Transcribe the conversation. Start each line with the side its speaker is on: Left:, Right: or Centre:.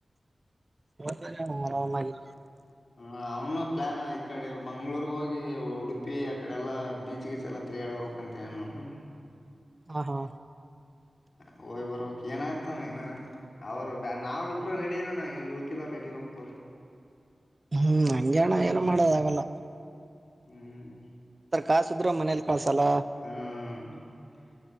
Right: ಹೋಗ ಬರಿ ಆರಾಮಾಗಿ
Left: ಹ ಅವನು ಪ್ಲಾನ್ ಈಕಡೆ ಮಂಗ್ಳೂರಗ ಹೋಗಿ ಉಡುಪಿ ಅಕಡೆಲ್ಲಾ ಬೀಚ್ಗೆ ಚಲತ್ತ ತಿರಗಾಡ್ ಬರ್ಬೇಕ್ಂತ ಹೇಳ
Right: ಹಾ ಹಾ
Left: ಹೋಗಿಬರಬೇಕ ಏನತಾದಿನ ಅವರು ಬ ನಾವ ಇಬ್ರು ರೆಡಿ ಇರೋಣ ಈ ಉಳ್ಕಿದವರು ರೆಡಿ ಇರ್ಬೇಕಲ್ಲ
Right: ಹ್ಮ್ ಹಂಗೆಣ ಏನ ಮಾಡೋದ ಅಗಲ್ಲ
Left: ಹ್ಮ್
Right: ಕಾಸಿದ್ರ ಮನೇಲಿ ಕಳ್ಸಲ್ಲ
Left: ಹ್ಮ